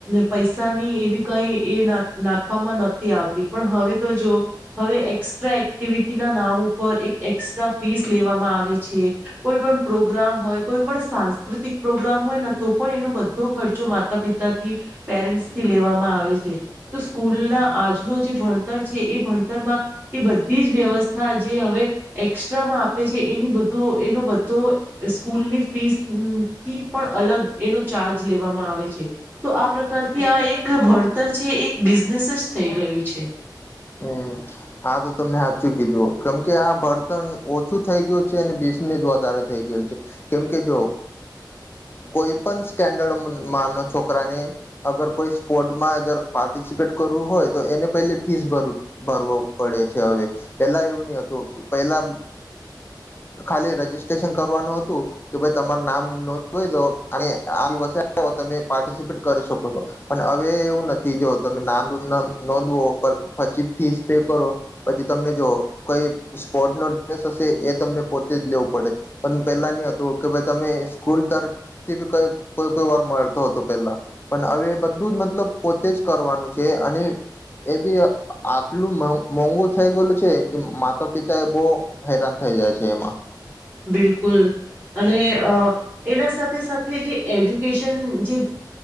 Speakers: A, on the right; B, on the left.
A: પૈસાની એવી કઈ એ ના નાખવામાં નતી આવતી પણ હવે તો જો. હવે એકસ્ટ્રા એક્ટિવિટીના નામ ઉપર એક એક્સ્ટ્રા ફીસ લેવામાં આવે છે. કોઈ પણ પ્રોગ્રામ હોય કોઈ પણ સા પ્રાકૃતિક પ્રોગ્રામ હોય ને તો પણ એનો બધો ખર્ચો માતા પિતાથી પેરેન્ટ્સથી લેવામાં આવે છે. તો સ્કૂલના આજનું જે ભણતર છે એ ભણતરમાં. એ બધી જ વ્યવસ્થા જે હવે એક્સ્ટ્રામાં આપે છે એની બધું એનો બધો સ્કૂલની ફીસ. હ થી પણ અલગ એનો ચાર્જ લેવામાં આવે છે. તો આ પ્રકારથી આ એક ભણતર છે એક બિઝનેસ જ થઈ ગયું છે.
B: હમ આા તો તમને હાચુ કીધું કેમ કે આ બળતણ ઓછું થઈ ગયું છે અને બીસને જ વધારે થઈ ગયલ છે, કેમ કે જો કોઈ પણ સ્ટેન્ડર્ડ મા ન છોકરા ને. અગર કોઈ સ્પોર્ટમાં પાર્ટિસિપેટ કરવું હોય. તો એને પહેલી ફીસ ભર ભરવ પડે છે હવે, પેલા એવું નહી હતું પહેલા ખાલી રજીિસ્ટ્રેશન કરવાનું હતું કે ભાઈ તમાર નામ નોંધઈ દો અને આ દિવસે તમે પાર્ટિસિપેટ કરી શકો છો અને હવે એવું નથી જો તમે નામ નોંધવો પછી ફીસ પે કરો, પછી તમને જો કઈ સ્પોર્ટનો ડ્રેસ હશે એ તમને પોતે જ લેવું પડે. પણ પેલા નની હતું કે ભાઈ તમે સ્કૂલ તરફ થી બી કઈ કોઈ કોઈ વાર મળતો હતો પેલા. પણ હવે બધું જ મતલબ પોતે જ કરવાનું છે અને એ બી આટલું મોંઘું થઈ ગયેલું છે કે માતા પિતા એ બહ હેરાન થઈ જાય છે એમાં.
A: બિલકુલ. અને એના સાથે સાથે જે એજ્યુકેશન જે